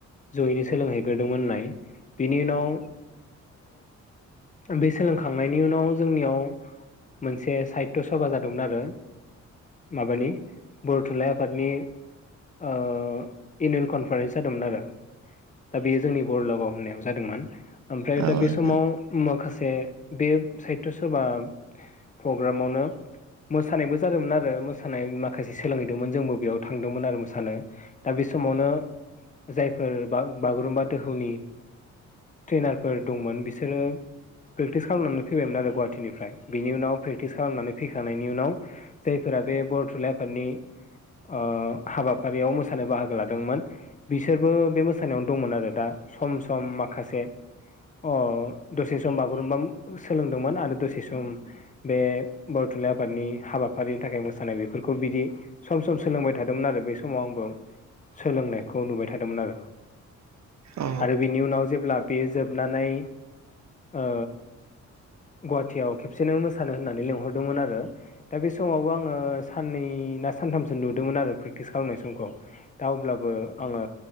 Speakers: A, on the left; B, on the right.
A: जयैनो सोलोंहैग्रोदोंमोन होनाय बिनि उनाव बे सोलोंखांनायनि उनाव जोंनियाव मोनसे साहित्य सभा जादों मोन आरो माबानि बर' थुनलाइ आफादनि ओ एनुयेल कनफारेन्स जादोंमोन आरो दा बेयो जोंनि बरलागाव होननायाव जादोंमोन ओमफ्राय
B: औ
A: दा
B: नोंथां
A: बे समाव माखासे बे साहित्य सभा प्रग्रामावनो मोसानायबो जादोंमोन आरो मोसानाय माखासे सोलोंहैदोंमोन जोंबो बेयाव थांदोंमोन आरो मोसानो दा बे समावनो जायफोर बा बागुरुम्बा दोहौनि ट्रेनारफोर दंमोन बिसोरो प्रेक्टिस खालामनानै फैबायमोन आरो गुवाहाटिनिफ्राय बिनि उनाव प्रेक्टिस खालामनानै फैखा खांनायनि उनाव जायफोरा बे बर' थुनलाइ आफादनि ओ हाबाफारियाव मोसानो बाहागो लादोंमोन बिसोरबो बे मोसानायावनो दंमोन आरो दा सम सम माखासे अ ओ दसे सम बागुरुम्बा सोलोंदोंमोन आरो दसे सम बे थुनलाइ आफादनि हाबाफारिनि थाखाय मोसानाय बेफोरखौ बिदि सम सम सोलोंबाय थादोंमोन आरो बे समाव आंबो सोलोंनायखौ नुबाय थादोंमोन आरो
B: औ
A: आरो बिनि उनाव जेब्ला बेयो जोबनानै ओ गुवाहाटियाव खेबसेनो मोसानो होननानै लिंहरदोंमोन आरो दा बे समावबो आङो साननै ना सानथामसो नुदोंमोन आरो प्रेक्टिस खालामनाय समखौ दा अब्लाबो आङो